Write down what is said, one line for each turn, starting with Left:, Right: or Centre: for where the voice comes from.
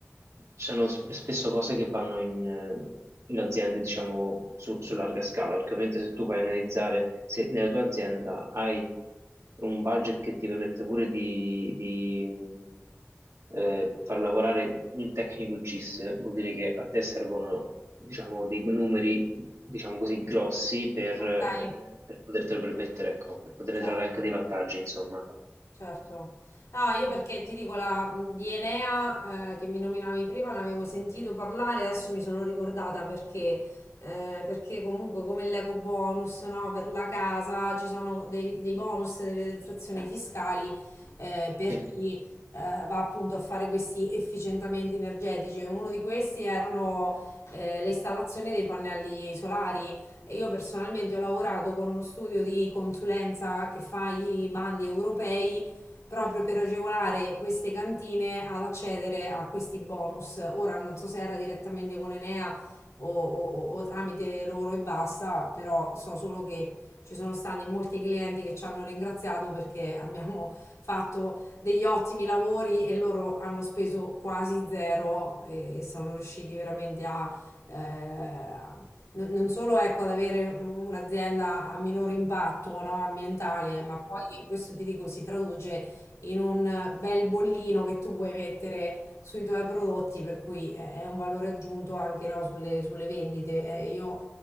Right: sono sp- spesso cose che vanno in, eh, in aziende, diciamo, su, su larga scala, perché ovviamente se tu vai a analizzare, se nella tua azienda hai un budget che ti permette pure di, eh, far lavorare un tecnico GIS vuol dire che a te servono, diciamo, dei numeri, diciamo così, grossi per,
Left: Ok,
Right: eh, per potertelo permettere, ecco, per poterne
Left: certo.
Right: trarre anche dei vantaggi, insomma.
Left: Certo. Ah, io perché ti dico la di Enea eh, che mi nominavi prima, ne avevo sentito parlare, adesso mi sono ricordata perché, eh, perché comunque come l'eco bonus, no, per la casa ci sono dei, dei bonus, delle detrazioni fiscali eh, per
Right: Sì.
Left: chi eh, va appunto a fare questi efficientamenti energetici. Uno di questi erano eh, le installazioni dei pannelli solari. E Io personalmente ho lavorato con uno studio di consulenza che fa i bandi europei proprio per agevolare queste cantine ad accedere a questi bonus. Ora non so se era direttamente con Enea o, o- o tramite loro e basta, però so solo che ci sono stati molti clienti che ci hanno ringraziato perché abbiamo fatto degli ottimi lavori e loro hanno speso quasi zero e, e sono riusciti veramente a... eh, non non solo ecco, ad avere un'azienda a minor impatto no, ambientale, ma poi questo ti dico si traduce in un bel bollino che tu puoi mettere sui tuoi prodotti, per cui è è un valore aggiunto anche no, sulle, sulle vendite. Eh, io